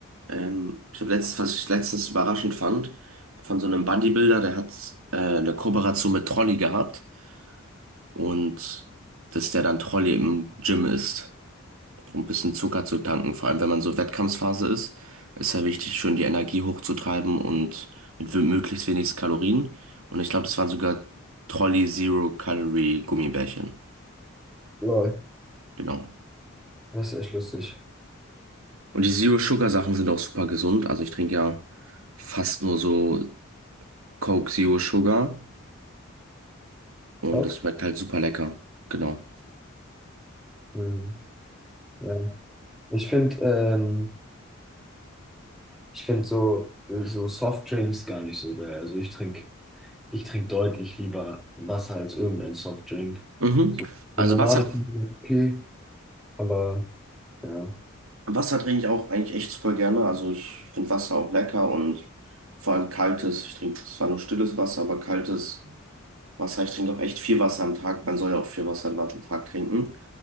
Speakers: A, on the right (about 80°); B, in the centre.
A: ähm, ich habe letztens, was ich letztens überraschend fand, von so einem Bodybuilder, der hat äh, eine Kooperation mit Trolli gehabt und dass der dann Trolli im Gym isst um ein bisschen Zucker zu tanken. Vor allem, wenn man so Wettkampfphase ist, ist ja wichtig, schön die Energie hochzutreiben und mit wi- möglichst wenig Kalorien. Und ich glaube, das waren sogar Trolli Zero Calorie Gummibärchen.
B: lol,
A: Genau.
B: das ist echt lustig.
A: Und die Zero Sugar Sachen sind auch super gesund. Also ich trinke ja fast nur so Coke Zero Sugar und
B: Bock?
A: das schmeckt halt super lecker. Genau.
B: Ähm, ja. Ich finde, ähm, Ich finde so, so Softdrinks gar nicht so geil. Also ich trinke ich trink deutlich lieber Wasser als irgendein Softdrink.
A: Mhm.
B: So
A: Also
B: Limonade
A: was hat.
B: finde ich okay, aber ja.
A: Wasser trinke ich auch eigentlich echt super gerne. Also ich finde Wasser auch lecker und vor allem kaltes. Ich trinke zwar nur stilles Wasser, aber kaltes Wasser. Ich trinke auch echt viel Wasser am Tag. Man soll ja auch viel Wasser am Tag trinken.